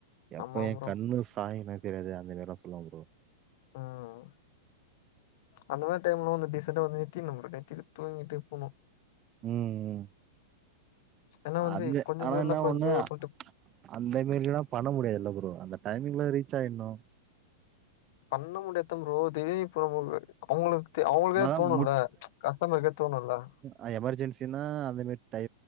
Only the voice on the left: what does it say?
ஆமா
ப்ரோ
ம் அந்த மாரி டைம்ல வந்து டீசண்டா வந்து நித்தினும் ப்ரோ நித்திட்டு தூங்கிட்டு போணு
ஏன்னா வந்து
கொஞ்ச
தூரோ
தா கொஞ்ச
தூரோ சொல்ட்டு
பண்ண முடியாத்த ப்ரோ <unintelligible> அவங்களுக் அவங்களுக்கே
தோணுல்ல கஸ்டமருக்கே தோணுல்ல